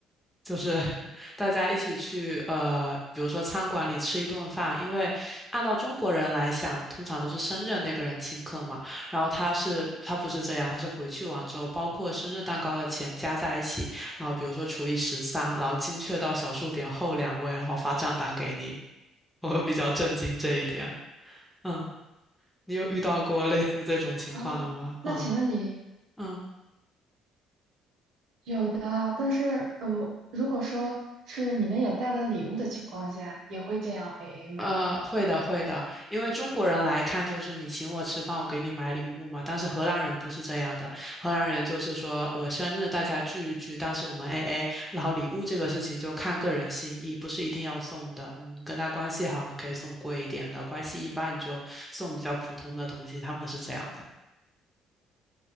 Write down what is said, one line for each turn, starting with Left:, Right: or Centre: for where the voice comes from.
Centre: 就是 <laughs> 大家一起去呃，比如说餐馆里吃一顿饭，因为按照中国人来想，通常都是生日那个人请客嘛。然后他是他不是这样，他是回去完之后，包括生日蛋糕的钱加在一起，然后比如说除以十三，然后精确到小数点后两位，然后发账单给你。我比较震惊这一点。嗯，你有遇到过类似这种情况的吗？
Right: 啊，那请问你
Centre: 嗯嗯。
Right: 有的，但是呃，如果说是你们也带了礼物的情况下，也会这样 AA 吗？
Centre: 呃，会的，会的，因为中国人来看就是你请我吃饭，我给你买礼物嘛。但是荷兰人不是这样的，荷兰人就是说我生日大家聚一聚，但是我们 AA，然后礼物这个事情就看个人心意，不是一定要送的。你跟他关系好，你可以送贵一点的；关系一般，你就送比较普通的东西。他们是这样的。